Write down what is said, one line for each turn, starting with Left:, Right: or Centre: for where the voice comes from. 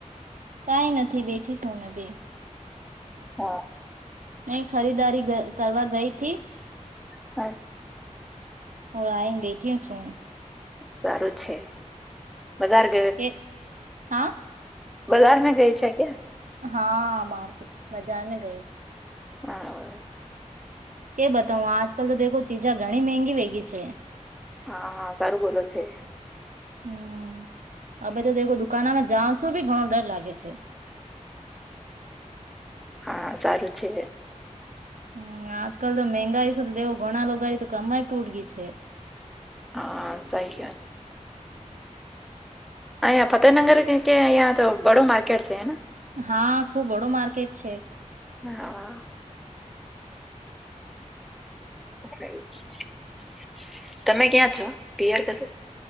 Right: કંઈ નથી બેઠી હુ મેભી.
Centre: હા.
Right: કઈ ખરીદારી કરવા ગઈ તી?
Centre: <unintelligible>
Right: ઓર આઈ બેટિયા છું.
Centre: સારું છે, વધારે
Right: એ, હા?
Centre: બજાર મે ગઈ છે, ક્યા?
Right: હા, મારતું બજાર ને ગઈ છે.
Centre: હા.
Right: કે બતાવ આજકાલ તો દેખો ચીજા ઘણી મંગી વેગી છે.
Centre: હા, સારું બોલો છે.
Right: હમ, હ. હવે તો <unintelligible> જાઉશું, ભી ઘણો ડર લાગે છે.
Centre: હા, સારું છે.
Right: હમ, આજકાલ તો મંગાઈ સુધ દેવ ઘણા <unintelligible> તો કમ જ તૂટ ગઈ છે.
Centre: હા, સહી કહે છે. હા, યા ફતેહનગર કે <unintelligible> બડો માર્કેટ છે, હે.
Right: હા, ખુબ વડું માર્કેટ છે.
Centre: હા. <unintelligible> તમે ક્યાં છો? પિયર કશે?